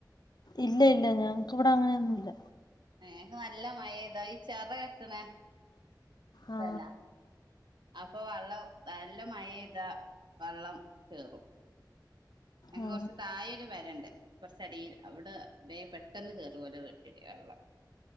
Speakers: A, on the left (about 65°); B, on the right (about 80°).
A: ഇല്ല ഇല്ല ഞങ്ങക്ക് വടെ അങ്ങനെയൊന്നുല്ല
B: ഏഹ് ഞങ്ങക്ക് നല്ല മഴ പെയ്താ ഈ ചെറ കെട്ടണേ
A: ആ
B: സ്ഥലാ അപ്പൊ വള്ളം നല്ല മഴ പെയ്താ വള്ളം കേറും ഞങ്ങളെ
A: ആ
B: കൊറച്ച് താഴെ ഒര് പെര ഇണ്ട് കൊറച്ച് അടീല് അവിടെ വേം പെട്ടെന്ന് കയറും ഓലെ വീട്ടില് വെള്ളം